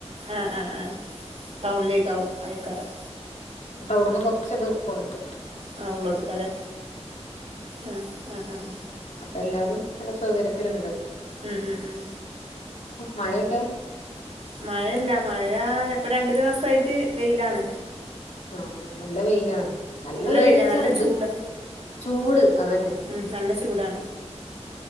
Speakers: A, on the right; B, on the left.
A: ആഹ് ആഹ് ആഹ് ടൗണിലേക്കാവും അതെക്കാരം
B: അവ്ട്ന്ന് കൊറച്ച്ണ്ട് പോന്നിട്ട്
A: ആഹ് ഉള്ളോട്ട്ക്കാലെ ആഹ് ആഹ് ആഹ്
B: അപ്പ എല്ലാതും നല്ല സൗകര്യത്തില്ണ്ട്
A: ഉം ഉം ഉം
B: മഴയൊക്കെ
A: മഴല്ല മഴാ ഇപ്പ രണ്ട് ദിവസായിട്ട് വെയിലാണ്
B: ആഹ് നല്ല വെയിലാണ് നല്ല വെയില്ച്ചാ
A: വെയിലാ നല്ല
B: എന്ത്‌
A: ചൂടാ
B: ചൂട് അതന്നെ
A: ഉം നല്ല ചൂടാണ്